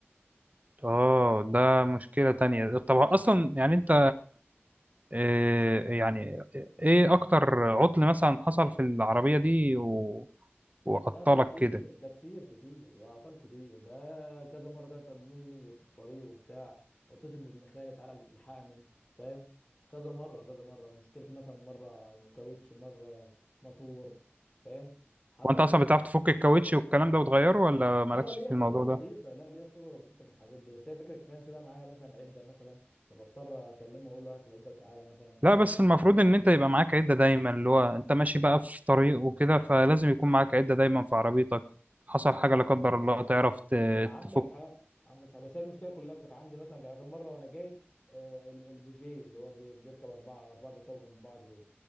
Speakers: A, on the right; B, on the left.
A: آه ده مشكلة تانية طب أصلا يعني أنت آه، يعني إيه أكتر عطل مثلا حصل في العربية دي و... وعطلك
B: ده ده كتير
A: كده؟
B: ده كتير كتير ده اعطال كتير ده كذا مره تعطل مني في الطريق وبتاع واتصل بابن خالي تعالى الحقني فاهم كذا مره كذا مره مشكله مثلا مره كاوتش مره موتور فاهم حتى
A: وأنت
B: انا
A: أصلا بتعرف تفك الكاوتش والكلام ده وتغيره ولا مالكش
B: اه ليا خبره
A: في الموضوع
B: بسيطه
A: ده؟
B: لا ليا خبره بسيطه في الحاجات دي بس هي فكره كانش بقى معايا مثلا عده مثلا فبضطر اكلمه واقول له هات العده وتعالى مثلا فاهم
A: لا بس المفروض ان انت يبقى معاك عدة دايما اللي هو انت ماشي بقى في طريق وكده فلازم يكون معاك عدة دايما في عربيتك حصل حاجة لا قدر الله تعرف ت-
B: عندك
A: تفك
B: حق عندك حق بس هي المشكله كلها كانت عندي مثلا كم مره وانا جاي آه، ال- البوجيه اللي هو بي- بيركب اربعه اربعه بيركبوا جنب بعض دول